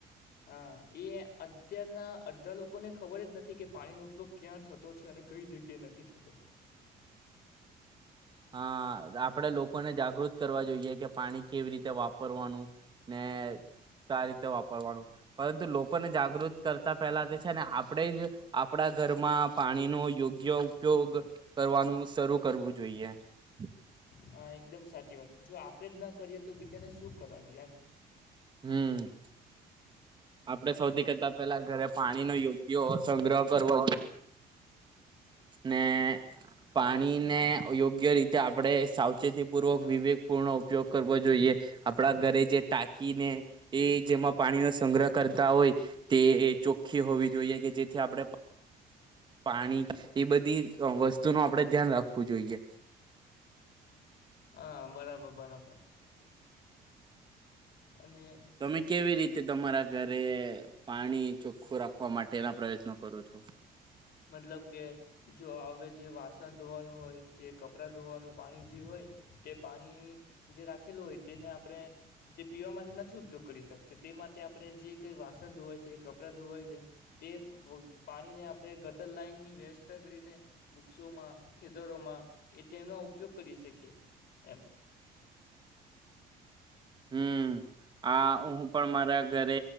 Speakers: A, on the left; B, on the right.
A: હા એ અત્યારના અડધા લોકોને ખબર જ નથી કે પાણીનોો ઉપયોગ ક્યાં થતો છે અને કઈ જગ્યાએ નથી થતો.
B: હ આપડે લોકોને જાગૃત કરવા જોઈએ કે પાણી કેવી રીતે વાપરવાનું ને કા રીતે વાપરવાનું પરંતુ લોકોને જાગૃત કરતા પહેલા તે છે ને આપણેે જ આપડા ઘરમાં પાણીનો યોગ્ય ઉપયોગ કરવાનું. શરૂ કરવું જોઈએ. હ.
A: હા એકદમ સાચી વાત જો આપડે જ ના કરીએ તો બીજાને શું કરાવીએ એમ
B: હમ્. આપડણે સૌથી કરતા પેલા ઘરે પાણીનોો યોગ્ય સંગ્રહ કરવો ને પાણીને યોગ્ય રીતે આપડણે સાવચેતી પૂર્વક વિવેક પૂર્ણ ઉપયોગ કરવો જોઈએ આપણા ઘરે જે ટાકીને એ જેમાં પાણીનો સંગ્રહત કરતા હોય તે એ ચોખ્ખી હોવી જોઈએ કે જેથી આપડણે પાણી એ બધી વસ્તુ ન આપડે ધ્યાન રાખવું જોઈએ
A: હા બરાબર બરાબર. અને
B: તમે કેવી રીતે તમારા ઘરે પાણી ચોખ્ખું રાખવા માટેના પ્રયત્નો કરો છો?
A: મતલબ કે જો હવે જે વાસણ ધોવાનું હોય જે કપડાં ધોવાનું પાણી જે હોય તે પાણી જે રાખેલું હોય તેને આપણે તે પીવા માટે નથી ઉપયોગ કરી શકતા તે માટે આપણે જે કઈ વાસણ ધોવાય છે કપડાં ધોવાય છે તે પાણીને આપણે લાઈનની વ્યવસ્થા કરીને વૃક્ષોમાં ખેતરોમાં એ તેમનો ઉપયોગ કરી શકીએ એમ.
B: હમ આ હું પણ મારા અ ઘરે